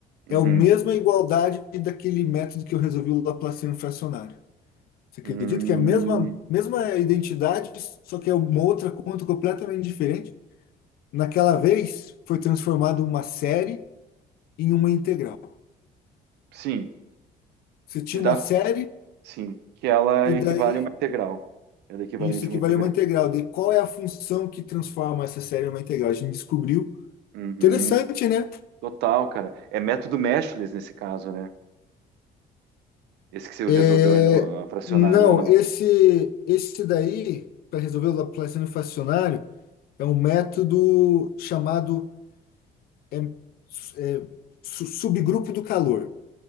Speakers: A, on the right; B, on the left.
A: Uhum.
B: é a mesma igualdade daquele método que eu resolvi o Laplaciano fracionário. Você acredita
A: Hum,
B: que é a mesma, mesma identidade, só que é uma outra conta completamente diferente? Naquela vez, foi transformado uma série em uma integral.
A: sim,
B: Você tinha
A: que dá,
B: uma série
A: sim, que ela
B: e
A: equivale
B: daí
A: a uma integral. Ela é equivalente
B: isso equivale
A: a uma integral.
B: a uma integral. De qual é a função que transforma essa série em uma integral? A gente descobriu.
A: Uhum.
B: Interessante, né?
A: Total, cara. É método Meshless nesse caso, né? Esse que você
B: É,
A: resolveu, né? o- A fracionário
B: não,
A: ou não.
B: esse, esse daí, para resolver o Laplaciano fracionário, é um método chamado é, é, su- subgrupo do calor.